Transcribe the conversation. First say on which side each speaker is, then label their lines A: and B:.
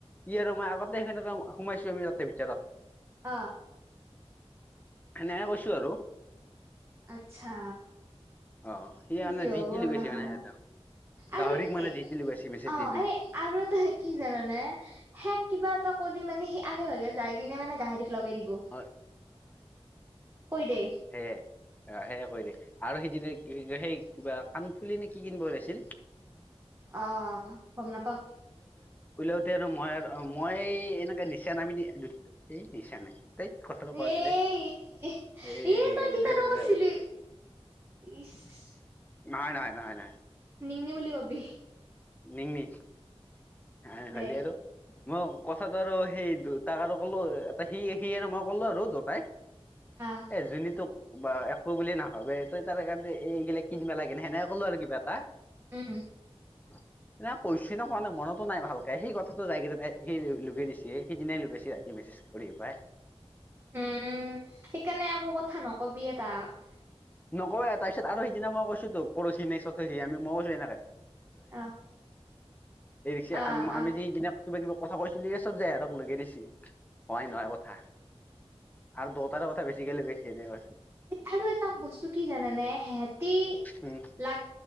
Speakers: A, on the left; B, on the right.
A: সি আৰু মই আগতে সনেকে সোমাইছো আমি তাতে ভিতৰত।
B: অ
A: এনে কৈছো আৰু।
B: আচ্ছা।
A: অ সি
B: কিজে
A: মানে যি
B: হ'ব
A: টি লগাইছে
B: মাহা
A: মানে সিহঁতক
B: আৰু
A: গাহৰিক মানে
B: এ
A: যি টি লগাইছে মেছেজ
B: অ
A: দি দি
B: এই। আৰু এটা কি জানানে শেষ কিবা এটা কল মানে। সি আগে লগগে যাই কিনে মানে গাহৰি লগাই দিব
A: অ
B: ঐ দে।
A: হে অ সেয় কৰিলে আৰু সিদিনা সেই কিবা কাণফুলি নে কি কিনিব ওলাইছিল।
B: অ গম নাপাওঁ।
A: উলাওতে আৰু মই আৰু মই এনেকে নিচা নাম এই নিচা নাই। এই কথাটো ক
B: এ
A: গ'লে।
B: এ
A: দে,
B: এ তই তিতানো
A: দে, দে,
B: কৰিছিলি
A: দে,
B: ইচ
A: নাই, নাই, নাই, নাই।
B: নিঙনে বুলিকবি।
A: নি নি আ
B: দে
A: হলিয় আৰু মই। কথাাতটো আৰু সেই দেউতাক আৰু ক'লো। এটা সি সি আৰু মই ক'লো আৰু দুটাই।
B: আহ
A: এ যোনীটোক। বা একো বুলিয়ে নাভাবে। তই তাৰ কাৰণে এইগিলাক কিনিবা লাগেনে সেনেকে ক'লো আৰু কিবা এটা।
B: উম।
A: ন কৈছ ন কোৱা নাই মনতো নাই। ভালকে সেই কথাটো যাইকেই তাই সেই লগাই দিছে। সেইদিনাই লৈ গৈছে ৰাতি মেছেজ কৰি পাই
B: উম সেইকাৰণে একো কথা নকবি টাক
A: নকওঁৱেই তাৰপিছত আৰু সিদিনা কৈছোঁ তো পৰহি নাই ছতষি মই কৈছো এনেকে
B: অ
A: এই ৰিক্সা
B: অ
A: আমি যনাাক কিবা কিবি <inaudible> কথা কৈছিলি এই চব হেতক লগে দিছে হয়াই নহয় কথা আৰু দতাৰ কথা বেছি কে লগাইছি হয়
B: আৰু এটা বস্তু কি জানানে, সিহতি
A: উম
B: লাগ